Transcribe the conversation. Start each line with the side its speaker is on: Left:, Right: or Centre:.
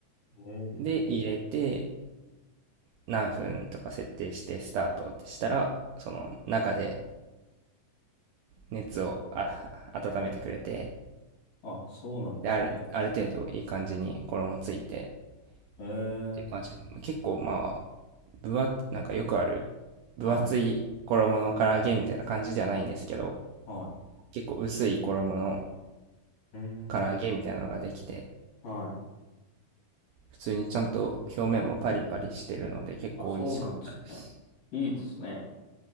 Left: ええ
Right: で、入れて何分とか設定してスタートってしたら、その中で熱をあ温めてくれて、
Left: あ、そうなんですね。
Right: で、ある、ある程度いい感じに衣ついて、
Left: ええ
Right: って感じで。結構まあ、分厚、なんかよくある分厚い衣の唐揚げみたいな感じではないんですけど、
Left: はい、はい。
Right: 結構薄い衣の
Left: うーん。
Right: 唐揚げみたいなのができて、
Left: はい
Right: 普通にちゃんと表面もパリパリしてるので結構美味しかったです。
Left: あ、そうなんですね。いいですね。